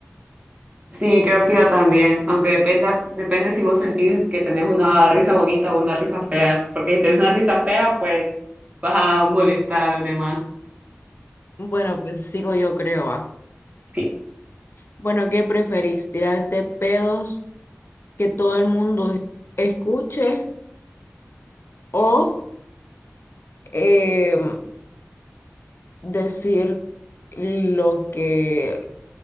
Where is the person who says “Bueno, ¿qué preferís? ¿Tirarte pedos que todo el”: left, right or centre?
Left